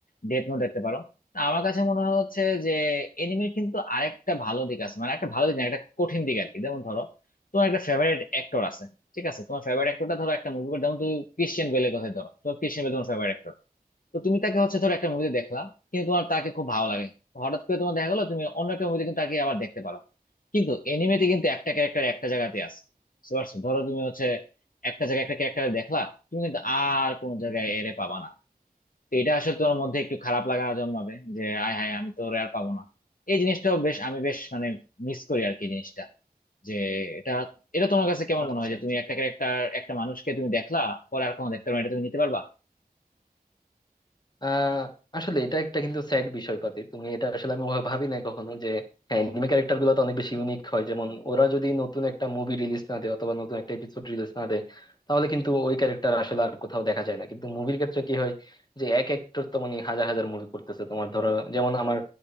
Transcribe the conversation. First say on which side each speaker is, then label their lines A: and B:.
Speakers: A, on the left; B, on the left.
A: ডেথ নোট দেখতে পারো তা আমার কাছে মনে হয় হচ্ছে যে এনিমের কিন্তু আরেকটা ভালো দিক আছে মানে একটা ভালো দিক না একটা কঠিন দিক আর কি যেমন ধরো তোমার একটা ফেভারিট অ্যাক্টর আছে ঠিক আছে তোমার ফেভারিট অ্যাক্টরটা ধরো একটা মুভি যেমন তুমি ক্রিশ্চিয়ান বেলের কথাই ধরো তোমার ক্রিশ্চিয়ান বেল তোমার ফেভারিট তো তুমি তাকে হচ্ছে ধরো একটা মুভি দেখলা কিন্তু তোমার তাকে খুব ভালো লাগে হঠাৎ করে তোমার দেখা গেলো তুমি অন্য একটা মুভিতে কিন্তু তাকে আবার দেখতে পারো কিন্তু এনিমেতে কিন্তু একটা ক্যারেক্টার একটা জায়গাতে আছে বুঝতে পারছো? ধরো তুমি হচ্ছে একটা জায়গায় একটা ক্যারেক্টার দেখলা তুমি কিন্তু আর কোনো জায়গায় এরে পাবা না তো এটা আসলে তোমার মধ্যে একটু খারাপ লাগা জন্মাবে যে আয় হায় আমি তো ওরে আর পাবো না এই জিনিসটাও বেশ আমি বেশ মানে মিস করি আর কি জিনিসটা যে এটা এটা তোমার কাছে কেমন মনে
B: আচ্ছা
A: হয় যে
B: আচ্ছা।
A: তুমি একটা ক্যারেক্টার একটা মানুষকে তুমি দেখলা পরে আর কোনো দেখতে পারো না, এটা তুমি নিতে পারবা
B: আহ আসলে এটা একটা কিন্তু স্যাড বিষয় পাতি তুমি এটা আসলে আমি ওভাবে ভাবি না কখনো যে হ্যাঁ এনিমে ক্যারেক্টার গুলো তো অনেক বেশি ইউনিক হয় যেমন ওরা যদি নতুন একটা মুভি রিলিজ না দেয় অথবা নতুন একটা এপিসোড রিলিজ না দেয় তাহলে কিন্তু ওই ক্যারেক্টার আসলে আর কোথাও দেখা যায় না কিন্তু মুভির ক্ষেত্রে কি হয় যে এক একটার তো মানে হাজার হাজার মুভি করতেছে তোমার ধরো যেমন আমার